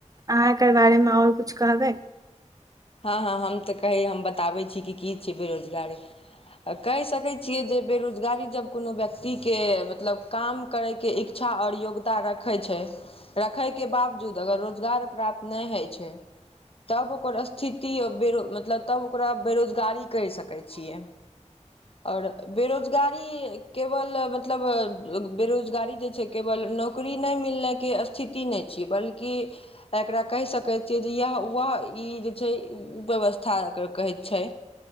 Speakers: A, on the right; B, on the left.
A: अहाँ एकर बारेमे ओर कुछ कहबै
B: हँ हँ हम तऽ कहै हम बताबै छी कि की छै बेरोजगारी आ कहि सकैत छियै जे बेरोजगारी जब कोनो व्यक्तिके मतलब काम करयके इक इच्छा आओर योग्यता रखै छै रखैके बावजूद अगर रोजगार प्राप्त नहि होइ छै तब ओकर स्थिति बेरो मतलब तब ओकरा बेरोजगारी कहि सकै छियै आओर बेरोजगारी केवल मतलब बेरोजगारी जे छै केवल नौकरी नहि मिलनेइके स्थिति नहि छै बल्कि ऐकरा कहि सकै छियै जे यह वह ई जे छै व्यबस्था एकर कहै छै